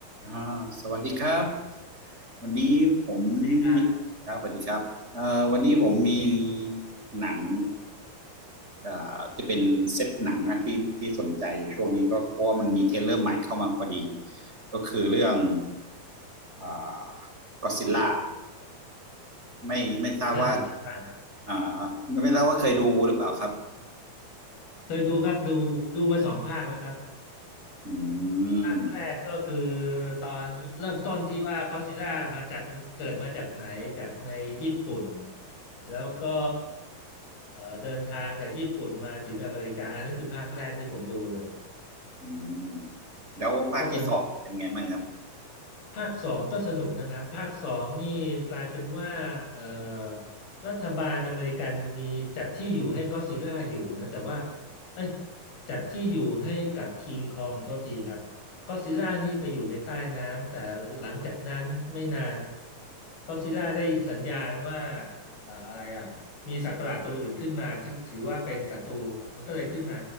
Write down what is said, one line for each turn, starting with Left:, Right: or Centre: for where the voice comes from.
Right: อ่าสวัสดีครับวันนี้ผม
Left: สวัสดีครับ
Right: มีครับสวัสดีครับเอ่อวันนี้ผมมีหนังอ่าที่เป็นเซตหนังนะที่ที่สนใจอยู่ช่วงนี้ก็เพราะว่ามันมีเทรลเลอร์ใหม่เข้ามาพอดีก็คือเรื่องอ่าก็ซิลล่าไม่ไม่ทราบว่า
Left: โอ้น่าสนใจมาก
Right: อ่าไม่ไม่ทราบว่าเคยดูหรือเปล่าครับ
Left: เคยดูครับดูดูมาสองภาคแล้วครับ
Right: อื
Left: ภาคแรกก็คือ
Right: ม
Left: ตอนเริ่มต้นที่ว่าก็อดซิลล่ามาจากเกิดมาจากไหนจากในญี่ปุ่นแล้วก็เอ่อเดินทางจากญี่ปุ่นมาถึงอเมริกาอันนั้นคือภาคแรกที่ผมดูเลย
Right: อืมแล้วภาคที่สองเป็นไงบ้างครับ
Left: ก็สนุก ภาคสองก็สนุกนะครับภาคสองนี่กลายเป็นว่าเอ่อรัฐบาลอเมริกันมีจัดที่อยู่ให้ก็อดซิลล่าอยู่นะแต่ว่าเอ้ยจัดที่อยู่ให้กับคิงคองโทษทีครับก็อดซิลล่านี่ไปอยู่ในใต้น้ำแต่หลังจากนั้นไม่นานก็อดซิลล่าได้สัญญาณว่าเอ่ออะไรอ่ะมีสัตว์ประหลาดตัวอื่นขึ้นมาที่ถือว่าเป็นศัตรูมันก็เลยขึ้นมา